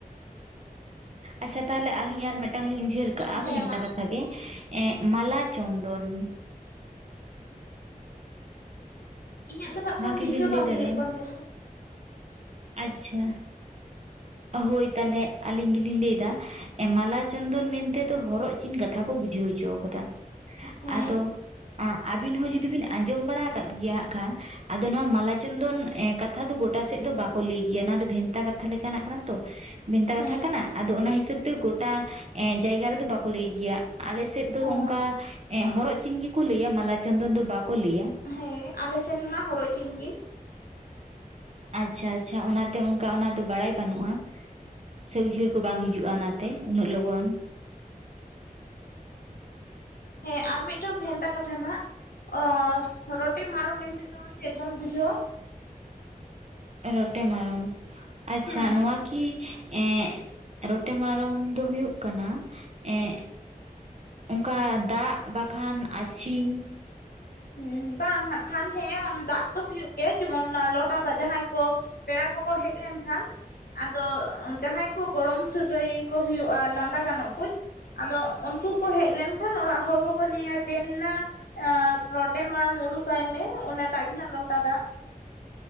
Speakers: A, on the right; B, on the left.
A: ᱟᱪᱪᱷᱟ ᱛᱟᱦᱚᱞᱮ ᱟᱹᱞᱤᱧ ᱟᱨ ᱢᱤᱫᱴᱟᱝ ᱞᱤᱧ ᱩᱭᱦᱟᱹᱨ ᱠᱟᱜᱼᱟ
B: ᱦᱮᱸ
A: ᱵᱷᱮᱱᱛᱟ
B: ᱢᱟ
A: ᱠᱟᱛ ᱛᱷᱟ ᱜᱮ ᱮᱸ ᱢᱟᱞᱟ ᱪᱚᱱᱫᱚᱱ ᱾
B: ᱤᱧᱟᱹᱜ ᱫᱚ ᱱᱟᱜ
A: ᱱᱚᱣᱟ
B: ᱠᱷᱟᱱ
A: ᱠᱤᱵᱤᱱ
B: ᱫᱤᱥᱟᱹ ᱵᱟᱝ
A: ᱞᱟᱹᱭ ᱫᱟᱲᱮᱭᱟᱜᱼᱟ
B: ᱦᱩᱭᱩᱜ ᱠᱟᱱ ᱛᱟᱞᱤᱧᱟ ᱾
A: ᱟᱪᱪᱷᱟ ᱦᱳᱭ ᱛᱟᱦᱚᱞᱮ ᱟᱹᱞᱤᱧ ᱜᱮᱞᱤᱧ ᱞᱟᱹᱭ ᱮᱫᱟ ᱾ ᱢᱟᱞᱟ ᱪᱚᱱᱫᱚᱱ ᱢᱮᱱᱛᱮᱫᱚ ᱦᱚᱨᱚᱜ ᱪᱤᱱ ᱠᱟᱛᱷᱟ ᱠᱚ ᱵᱩᱡᱷᱟᱹᱣ ᱦᱚᱪᱚ ᱠᱟᱫᱟ,
B: ᱦᱮᱸ
A: ᱟᱫᱚ ᱟᱹᱵᱤᱱ ᱦᱚᱸ ᱡᱩᱫᱤ ᱵᱤᱱ ᱟᱸᱡᱚᱢ ᱵᱟᱲᱟ ᱟᱠᱟᱫ ᱜᱮᱭᱟ ᱦᱟᱸᱜ ᱠᱷᱟᱱ ᱾ ᱟᱫᱚ ᱱᱚᱣᱟ ᱢᱟᱞᱟ ᱪᱚᱱᱫᱚᱱ ᱠᱟᱛᱷᱟ ᱫᱚ ᱜᱚᱴᱟ ᱥᱮᱫ ᱫᱚ ᱵᱟᱠᱚ ᱞᱟᱹᱭ ᱜᱮᱭᱟ ᱾ ᱱᱚᱣᱟ ᱫᱚ ᱵᱷᱮᱱᱛᱟ ᱠᱟᱛᱷᱟ ᱞᱮᱠᱟᱱᱟᱜ ᱠᱟᱱᱟ ᱛᱚ ᱵᱷᱮᱱᱛᱟ
B: ᱦᱮᱸ
A: ᱠᱟᱛᱷᱟ ᱠᱟᱱᱟ ᱟᱫᱚ ᱚᱱᱟ ᱦᱤᱥᱟᱹᱵ ᱛᱮ ᱜᱚᱴᱟ ᱡᱟᱭᱜᱟ ᱨᱮᱫᱚ ᱵᱟᱠᱚ ᱞᱟᱹᱭ ᱜᱮᱭᱟ ᱟᱞᱮ ᱥᱮᱫ ᱫᱚ
B: ᱚ
A: ᱚᱱᱠᱟ ᱮᱸᱜ ᱦᱚᱨᱚᱜ ᱪᱤᱱ ᱜᱮᱠᱚ ᱞᱟᱹᱭᱟ ᱢᱟᱞᱟ ᱪᱚᱱᱫᱚᱱ ᱫᱚ ᱵᱟᱠᱚ ᱞᱟᱹᱭᱟ ᱾
B: ᱦᱮᱸ ᱟᱞᱮ ᱥᱮᱱ ᱦᱚᱸᱱᱟᱜ ᱦᱚᱨᱚᱜ ᱪᱤᱱ ᱜᱮ ᱾
A: ᱟᱪᱪᱷᱟ ᱟᱪᱪᱷᱟ ᱚᱱᱟᱛᱮ ᱚᱱᱠᱟ ᱚᱱᱟ ᱫᱚ ᱵᱟᱲᱟᱭ ᱵᱟᱹᱱᱩᱜᱼᱟ ᱾ ᱥᱮ ᱩᱭᱦᱟᱹᱨ ᱠᱚ ᱵᱟᱝ ᱦᱤᱡᱩᱜᱼᱟ ᱚᱱᱟᱛᱮ ᱩᱱᱟᱹᱜ ᱞᱚᱜᱚᱱ ᱾
B: ᱦᱮᱸ ᱟᱨ ᱢᱤᱫᱴᱟᱝ ᱵᱷᱮᱱᱛᱟ ᱠᱟᱛᱷᱟ ᱱᱟᱜ ᱚᱻ ᱨᱚᱴᱨ ᱢᱟᱲᱚᱢ ᱢᱮᱱ ᱛᱮᱫᱚ ᱪᱮᱫ ᱵᱚᱱ ᱵᱩᱡᱷᱟᱹᱣᱟ?
A: ᱨᱚᱴᱮ ᱢᱟᱲᱚᱢ ᱟᱪᱪᱷᱟ
B: ᱦᱮᱸ
A: ᱱᱚᱣᱟ ᱠᱤ ᱮᱸᱜ ᱨᱚᱴᱮ ᱢᱟᱲᱚᱢ ᱫᱚ ᱦᱩᱭᱩᱜ ᱠᱟᱱᱟ ᱮᱸᱜ ᱚᱱᱠᱟ ᱫᱟᱜ ᱵᱟᱠᱷᱟᱱ ᱟᱹᱪᱷᱤᱢ
B: ᱦᱩᱸ ᱵᱟᱝ ᱦᱟᱜ ᱠᱷᱟᱱ ᱦᱮᱸ ᱫᱟᱜ ᱫᱚ ᱦᱩᱭᱩᱜ ᱜᱮᱭᱟ, ᱡᱮᱢᱚᱱ ᱚᱱᱟ ᱞᱚᱴᱟ ᱫᱟᱜ ᱡᱟᱦᱟᱸᱭ ᱠᱚ ᱯᱮᱲᱟ ᱠᱚᱠᱚ ᱦᱮᱡ ᱞᱮᱱᱠᱷᱟᱱ ᱟᱫᱚ ᱡᱟᱦᱟᱸᱭ ᱠᱩ ᱜᱚᱲᱚᱢ ᱥᱟᱹᱜᱟᱹᱭ ᱠᱚ ᱦᱩᱭᱩᱜᱼᱟ ᱞᱟᱸᱫᱟ ᱜᱟᱱᱚᱜ ᱠᱩᱡ ᱟᱫᱚ ᱩᱱᱠᱩ ᱠᱚ ᱦᱮᱡ ᱞᱮᱱᱠᱷᱟᱱ ᱚᱲᱟᱜ ᱦᱚᱲ ᱠᱚᱠᱚ ᱞᱟᱹᱭᱟ ᱫᱮᱱ ᱱᱟ ᱨᱚᱴᱮ ᱢᱟᱲᱚᱢ ᱩᱰᱩᱠ ᱟᱭ ᱢᱮ ᱚᱱᱟ ᱴᱟᱜ ᱜᱮ ᱱᱟᱜ ᱞᱚᱴᱟ ᱫᱟᱜ ᱾